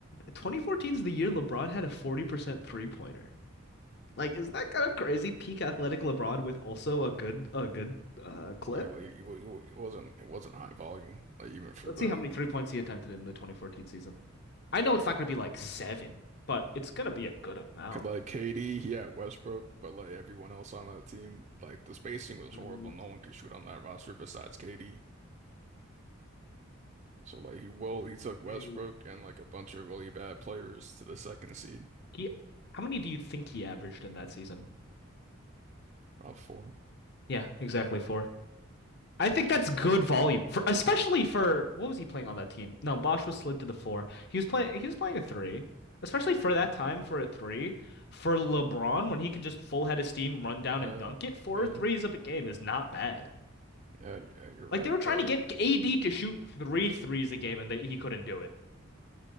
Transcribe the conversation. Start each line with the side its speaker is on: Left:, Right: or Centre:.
Left: 2014 is the year LeBron had a 40% three pointer. Like, is that kind of crazy? Peak athletic LeBron with also a good a good uh clip.
Right: Yeah, but he, he, wa- he wa- it wasn't it wasn't high volume like even for
Left: Let's
Right: them.
Left: see how many three points he attempted in the 2014 season. I know it's not gonna be like seven, but it's gonna be a good amount.
Right: 'Cause like KD, he had Westbrook, but like everyone else on that team, like the spacing was
Left: Um,
Right: horrible. No one could shoot on that roster besides KD. So like he will he took Westbrook
Left: uh,
Right: and like a bunch of really bad players to the second seed,
Left: He, how many do you think he averaged in that season?
Right: round four.
Left: Yeah, exactly four. I think that's good volume for especially for what was he playing on that team? No, Bosch was slid to the four. He was playing he was playing a three. Especially for that time for a three. For LeBron, when he could just full head of steam, run down
Right: Yeah,
Left: and dunk it, four
Right: yeah,
Left: threes a game is not bad.
Right: yeah, yeah. You're right,
Left: Like they were trying
Right: but.
Left: to get AD to shoot three threes a game and they, he couldn't do it.